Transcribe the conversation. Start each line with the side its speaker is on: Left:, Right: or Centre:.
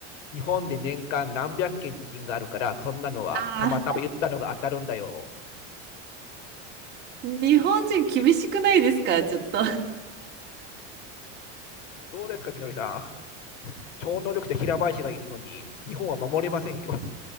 Left: 日本で年間何百件地震があるから、そんなのはたまたま言ったのが当たるんだよ。
Right: ああ、日本人厳しくないですか、ちょっと。
Left: どうですか、みのりさん。超能力者平林がいるのに、日本は守れませんよ。